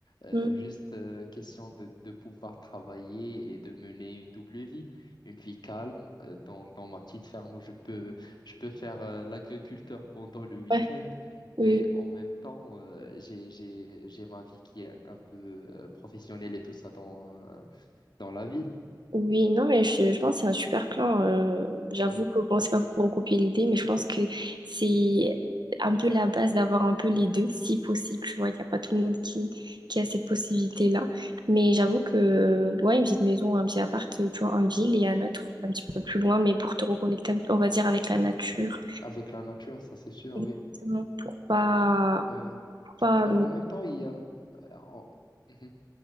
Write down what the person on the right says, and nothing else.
Mm.
Ouais. Oui.
Oui, non, mais je, je pense que c'est un super plan. euh, j'avoue
que bon, c'est pas pour copier l'idée, mais je pense que c'est un peu la base d'avoir un peu les deux, si possible. Tu vois, il n'y a pas tout le monde qui, qui a cette possibilité-là. Mais j'avoue que, ouais, une petite maison, un petit appart, tu vois, en ville et un autre un petit peu plus loin, mais pour te reconnecter, un peu, on va dire, avec la nature.
Exactement,
pour pas,
pour pas...
Non,